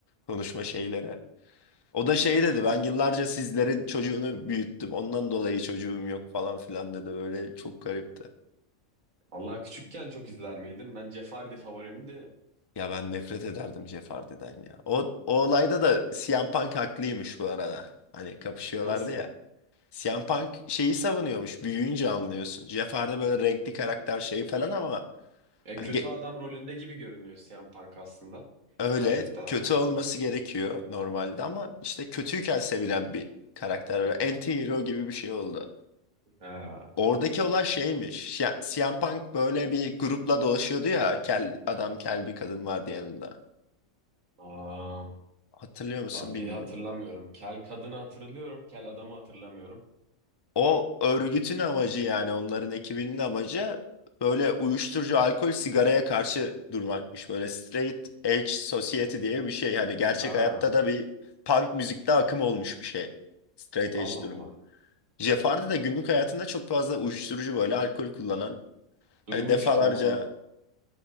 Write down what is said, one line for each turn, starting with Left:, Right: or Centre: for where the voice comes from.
Left: konuşma şeylere. O da şey dedi ben yıllarca sizlerin çocuğunu büyüttüm. Ondan dolayı çocuğum yok falan filan dedi. Böyle çok garipti.
Right: Allah küçükken çok izler miydin? Ben Jeopardy favorimdi de.
Left: Ya ben nefret ederdim Jeff Hardy'den ya. O, o olayda da CM Punk haklıymış bu arada. Hani kapışıyorlardı
Right: Nasıl?
Left: ya. CM Punk şeyi savunuyormuş. Büyüyünce anlıyorsun. Jeff Hardy böyle renkli karakter şey falan ama
Right: E,
Left: Hani
Right: kötü
Left: ge-
Right: adam rolünde gibi görünüyor Siyan Punk aslında.
Left: Öyle
Right: Birazcık daha.
Left: kötü olması gerekiyor normalde ama işte kötüyken sevilen bir karakter öyle anti-hero gibi bir şey oldu.
Right: Ha,
Left: Oradaki olay şeymiş. Ya, CM Punk böyle bir grupla dolaşıyordu ya. Kel adam kel bir kadın vardı yanında.
Right: aa,
Left: Hatırlıyor musun
Right: aa,
Left: bilmiyorum.
Right: bir hatırlamıyorum. Kel kadını hatırlıyorum. Kel adamı hatırlamıyorum.
Left: O örgütün amacı yani onların ekibinin amacı böyle uyuşturucu, alkol, sigaraya karşı durmakmış. Böyle straight edge society diye bir şey. Hani gerçek
Right: Ha,
Left: hayatta da bir punk müzikte akım olmuş bir şey. Straight
Right: Allah
Left: edge
Right: Allah.
Left: durumu. Jeff Hardy de günlük hayatında çok fazla uyuşturucu böyle alkol kullanan.
Right: Duymuştum
Left: Hani defalarca
Right: onu.